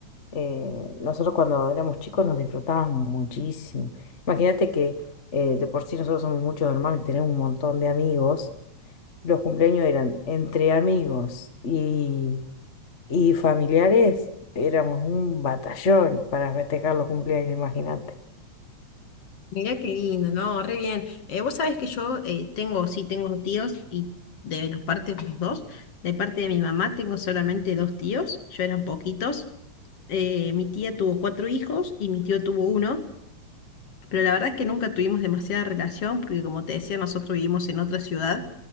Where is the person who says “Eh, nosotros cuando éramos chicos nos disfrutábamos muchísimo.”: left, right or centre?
Left